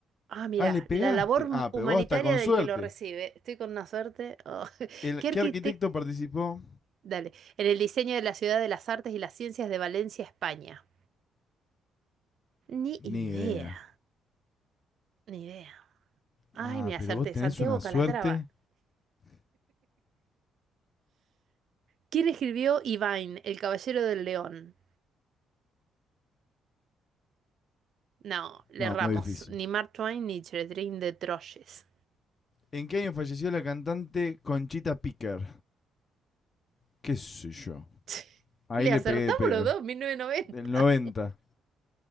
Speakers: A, on the right; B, on the left.
A: Ah, mira,
B: Ah, le pegaste.
A: la labor hum-
B: Ah,
A: humanitaria
B: pero vos hasta con
A: del
B: suerte.
A: que lo recibe. Estoy con una suerte. Oh, <laughs>
B: El,
A: ¿Qué arquitecto?
B: ¿Qué arquitecto participó?
A: Dale. En el diseño de la Ciudad de las Artes y las Ciencias de Valencia, España. Ni idea,
B: Ni idea.
A: ni idea. Ay,
B: Ah,
A: me acerté.
B: pero vos tenés
A: Santiago
B: una
A: Calatrava.
B: suerte.
A: ¿Quién escribió Ivain, El Caballero del León? No, le
B: No,
A: erramos.
B: muy difícil.
A: Ni Mark Twain ni Catherine de Troyes.
B: ¿En qué año falleció la cantante Conchita Picker? ¿Qué sé yo?
A: <laughs>
B: Ahí
A: Le
B: le
A: acertamos
B: pegué de pedo.
A: los dos, mil novecientos noventa.
B: Del 90.